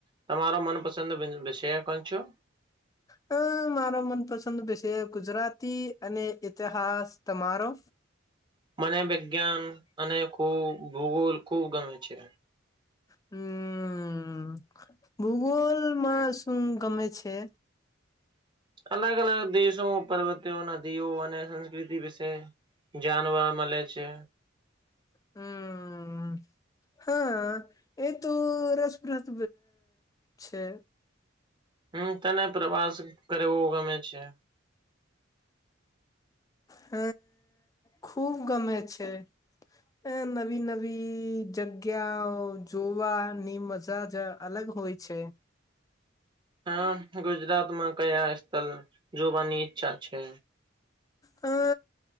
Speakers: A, on the right; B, on the left.
A: તમારો મનપસંદ પશે કો છો
B: હ મારો મનપસંદ વિષય ગુજરાતી અને ઈતિહાસ તમારો
A: મને વિજ્ઞાન અને ખૂબ ભૂગોલ ખૂબ ગમે છે
B: હમ ભૂગોલમાં શું ગમે છે
A: અલગ અલગ દેશો પર્વતીયો નદીઓ અને સંસ્કૃતિ વિશે જાણવા મળે છે
B: હમ હા એ તો રસપ્રદ છે
A: હમ તને પ્રવાસ કરવો ગમે છે
B: હ ખૂબ ગમે છે અ નવી નવી જગ્યા જોવાની મજા જ અલગ હોય છે
A: હા ગુજરાત માં કયા સ્થળ જોવાની ઈચ્છા છે
B: હ